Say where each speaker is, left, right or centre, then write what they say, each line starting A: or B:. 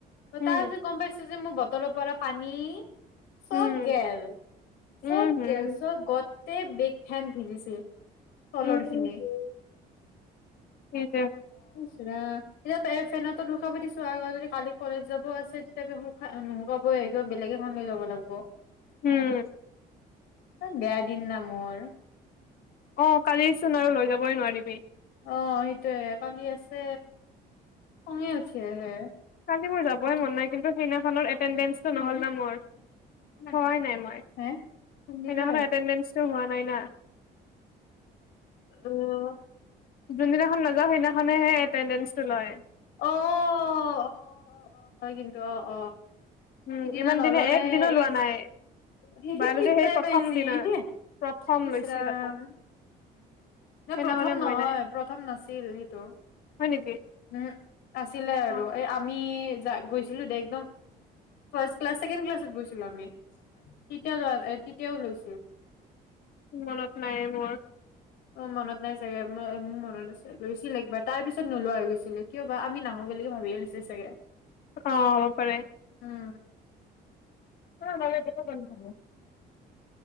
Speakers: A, on the left; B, on the left.
A: উম
B: তাৰিছত কম পাইছ মোৰ বটলৰ পৰা পানী -- চব
A: উম
B: গেল
A: উম
B: চব
A: হম
B: কেলচ গতে বিগ খেন ভিজিছে তলৰ
A: উম
B: খিনি।
A: হো উম
B: ইচ্ ৰাম। শুকাব দিছো আৰু যদি কালি কলেজ যাব আছে তেতিয়া নুুশুকাবই বেলেগ এখন লৈ যাব লাগিব
A: উম
B: ইমান বেয়া দিন না মোৰ
A: অ কালিচোন আৰু লৈ যাবই নোৱাৰিবি
B: অ সেইটোয়ে কালি আছে খঙে উঠি আহে
A: কালি মোৰ যাবই মন নাই কিন্তু সিদিনাখনৰ এটেনদ্ৰেচটো নহ'ল ন মোৰ হোৱা নাই মোৰ
B: হে
A: <inaudible> <inaudible>
B: কোনদিনা
A: সেইদিনাখনৰ অতেনদেন্সটো হোৱা নাই না
B: আহ
A: যোনদিনাখন নাযাওঁ সেইদিনাখনেহে এটেণ্ডেঞ্চটো লয়
B: অ অ অ অ হয় কিন্তু অ অ
A: উম
B: সিদিনা
A: ইমান
B: নললে
A: দিনে এক দিনো লোৱা
B: ই
A: নাই
B: সি সি
A: বায়লজি
B: সিদিনাই
A: সেই প্ৰথম
B: পাইছি
A: দিনা
B: হ
A: প্ৰথম
B: ইচৰাম
A: লৈছে তাকো
B: ন
A: সেইদিনাখনে
B: প্ৰথম নহয়
A: মই নাই
B: প্ৰথম নাছিল সেইটো
A: হয় নেকি?
B: উম আছিলে আৰু
A: অ',
B: এই আমি আমি যা গৈছিলোঁ দে একদম ফাষ্ট ক্লাছ ছেকেণ্ড ক্লাছত গৈছো <unintelligible> আমি তেতিয়া তেতিয়াও লৈছিল
A: মনত নাই মোৰ
B: অ মনত নাই চাগে ম মোৰ মনত আছে লৈছিল একবাৰ তাৰ পিছত নোলোৱা হৈ গৈছিল কিয়বা আমি নাহো বুলি ভাবিয়ে লৈছে চাগে
A: অ হব পাৰে
B: উম
A: <unintelligible>